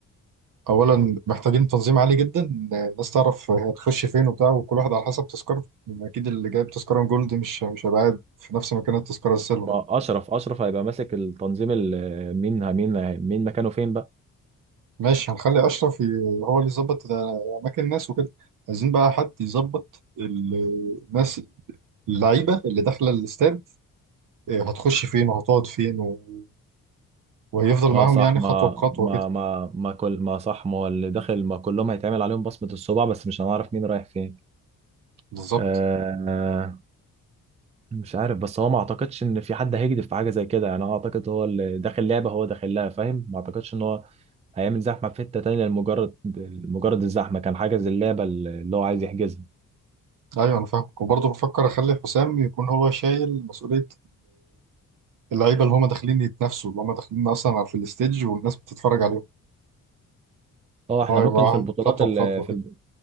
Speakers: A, on the right (about 65°); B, on the right (about 20°).
A: اولا محتاجين تنظيم عالي جدا الناس تعرف هي هتخش فين وبتاع وكل واحد على حسب تذكرته اكيد اللي جايب تذكره جولد مش مش هيبقى قاعد في نفس مكان التذكره السيلفر
B: ما اشرف اشرف هيبقى ماسك التنظيم ال- مين مين مين مكانه فين بقى
A: ماشي هنخلي اشرف ي- هو اللي يظبط اماكن الناس وكده عايزين بقى حد يظبط ال- الناس اللعيبه اللي داخله الاستاد إيه، هتخش فين وهتقعد فين و... وهيفضل
B: اه
A: معاهم
B: صح
A: يعني
B: ما
A: خطوه بخطوه
B: ما
A: كده
B: ما ما كل ما صح ما هو اللي داخل ما كلهم هيتعمل عليهم بصمة الصبع بس مش هنعرف مين رايح فين
A: بالظبط
B: آه مش عارف بس هو ما اعتقدش ان في حد هيجدف في حاجة زي كده يعني انا اعتقد هو اللي داخل لعبة هو داخل لها فاهم ما اعتقدش ان هو هيعمل زحمة في حتة تانية لمجرد مجرد الزحمة كان حاجز اللعبة اللي هو عايز يحجزها
A: ايوه انا فاهم وبرضه بفكر اخلي حسام يكون هو شايل مسؤوليه اللعيبه اللي هم داخلين يتنافسوا اللي هم داخلين اصلا في الستيج والناس بتتفرج عليهم
B: اه احنا
A: هو يبقى
B: ممكن في البطولات
A: خطوه
B: اللي
A: بخطوه
B: في
A: كده
B: الب...